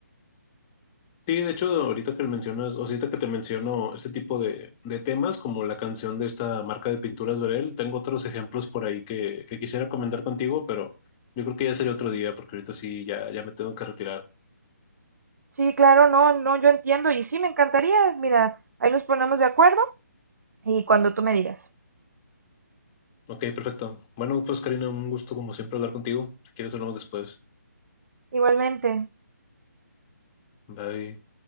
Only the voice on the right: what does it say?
Sí, claro, no, no, yo entiendo y sí me encantaría, mira, ahí nos ponemos de acuerdo Y cuando tú me digas.
Igualmente.